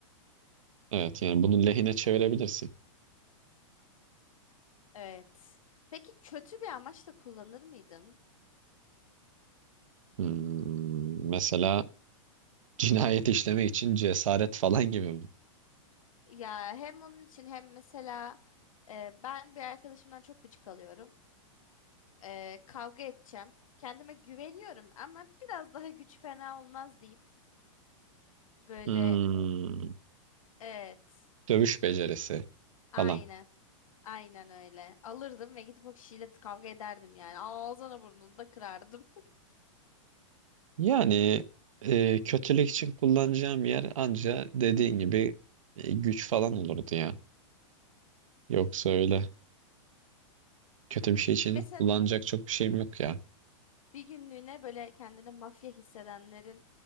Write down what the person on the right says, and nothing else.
Evet yani
bunu lehine çevirebilirsin.
Hmm, mesela cinayet işlemek için cesaret falan gibi mi?
Hmm,
dövüş becerisi
falan.
Yani e, kötülük için kullanacağım yer anca dediğin gibi e, güç falan olurdu ya. Yoksa öyle kötü bir şey için
kullanacak çok bir şeyim yok ya.